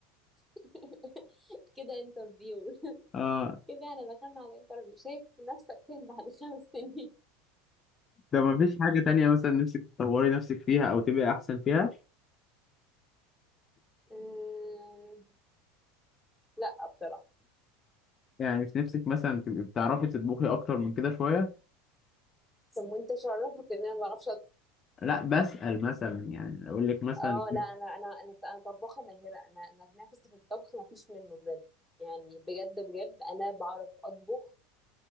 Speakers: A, in the centre; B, on the left.
A: <laughs> كده انترفيو <laughs>
B: اه
A: كده انا دخلنا على الانترفيو شايف نفسك فين بعد خمس سنين
B: ده ما فيش حاجه تانية مثلا نفسك تطوري نفسك فيها او تبقي احسن فيها
A: <laughs> آه، لا بصراحه
B: يعني مش نفسك مثلا تبقي بتعرفي تطبخي اكتر من كده شويه
A: طب وانت شرفك ان انا ما بعرفش اطبخ
B: لا بسأل مثلا يعني اقول لك مثلا
A: اه لا انا انا انا انا طباخه ماهره انا انا نفسي في الطبخ ما فيش منه بجد يعني بجد بجد انا بعرف اطبخ